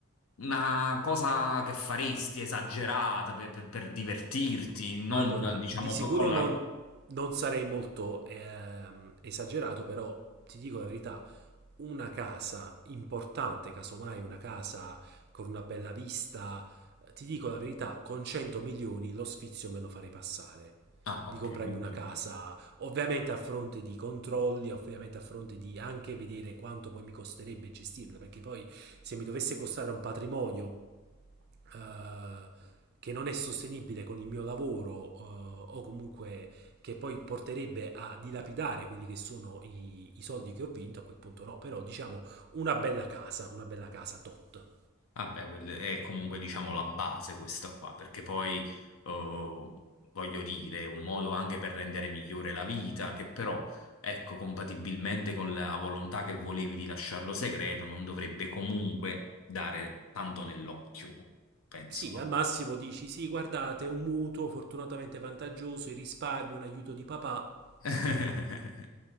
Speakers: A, on the left; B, on the right.
A: una cosa che faresti esagerata per, per- per divertirti, non
B: Allora,
A: diciamo
B: di sicuro
A: con la...
B: non, non sarei molto ehm, esagerato, però ti dico la verità, una casa importante, casomai una casa con una bella vista, eh, ti dico la verità, con 100 milioni lo sfizio me lo farei passare.
A: Ah, ok,
B: Di comprarmi
A: quindi...
B: una casa, ovviamente a fronte di controlli, ovviamente a fronte di anche vedere quanto poi mi costerebbe gestirla, perché poi se mi dovesse costare un patrimonio eh, che non è sostenibile con il mio lavoro eh, o comunque che poi porterebbe a dilapidare quelli che sono i, i soldi che ho vinto, a quel punto no, però diciamo una bella casa, una bella casa tot.
A: Ah, beh, quel- è comunque diciamo la base questa qua, perché poi eh, voglio dire, è un modo anche per rendere migliore la vita, che però, ecco, compatibilmente con la volontà che volevi di lasciarlo segreto, non dovrebbe comunque dare tanto nell'occhio, penso,
B: Sì,
A: no?
B: al massimo dici sì, guardate, un mutuo fortunatamente vantaggioso, i risparmi, un aiuto di papà,
A: <laughs>